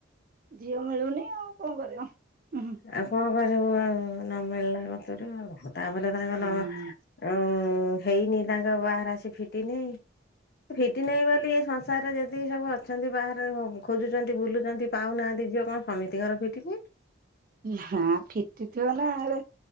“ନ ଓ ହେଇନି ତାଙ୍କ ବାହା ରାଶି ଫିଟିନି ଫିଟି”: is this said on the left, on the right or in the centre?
Left